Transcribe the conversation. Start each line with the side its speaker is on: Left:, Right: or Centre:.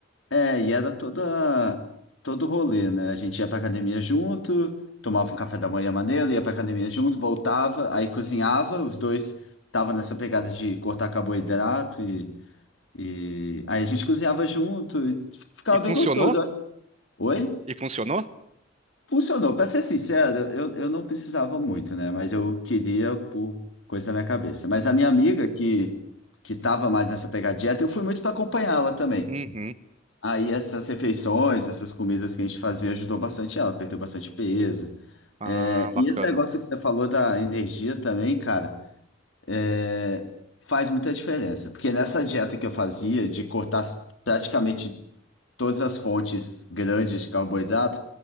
Left: é, e era toda, todo rolê, né? A gente ia pra academia junto, tomava um café da manhã maneiro, ia pra academia junto, voltava, aí cozinhava, os dois tava nessa pegada de cortar carboidrato e E aí a gente cozinhava junto, e ficava
Right: E funcionou?
Left: bem gostoso. Eu- Oi?
Right: E funcionou?
Left: Funcionou. Pra ser sincero, eu, eu não precisava muito, né? Mas eu queria por coisa da minha cabeça. Mas a minha amiga que, que tava mais nessa pegada dieta, eu fui muito para acompanhá-la também.
Right: Uhum.
Left: Aí essas refeições, essas comidas que a gente fazia ajudou bastante ela, perdeu bastante peso.
Right: Ah,
Left: É, e
Right: bacana.
Left: esse negócio que você falou da energia também, cara, é, faz muita diferença. Porque nessa dieta que eu fazia, de cortar praticamente todas as fontes grandes de carboidrato,